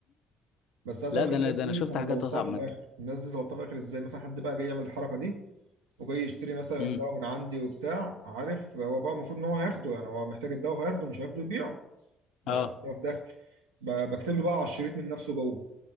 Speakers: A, on the right; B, on the left.
A: بس عايز
B: لا
A: اقول
B: ده
A: لك الناس
B: انا ده
A: دي
B: انا شفت
A: انا
B: حاجات
A: ظبطتها
B: اصعب
A: في
B: من
A: الاخر
B: كده
A: الناس دي ظبطتها في الاخر ازاي مثلا حد بقى جاي يعمل الحركه دي وجاي يشتري مثلا
B: امم
A: دواء من عندي وبتاع عارف هو بقى المفروض ان هو هياخده يعني هو محتاج الدواء هياخده مش هياخده يبيعه لا
B: اه
A: أصل هو في داخل ب- بكتب له بقى على الشريط من نفسه جوه